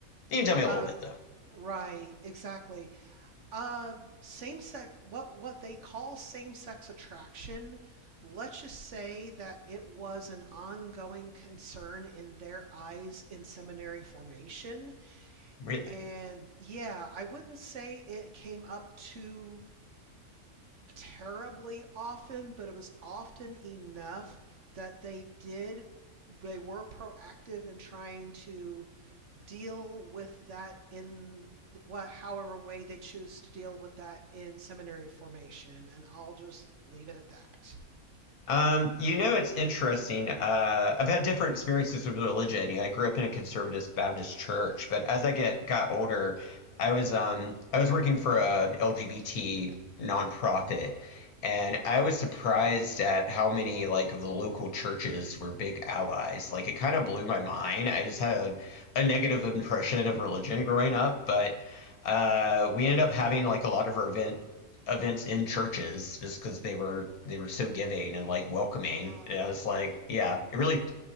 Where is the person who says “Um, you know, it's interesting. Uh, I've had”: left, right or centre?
Left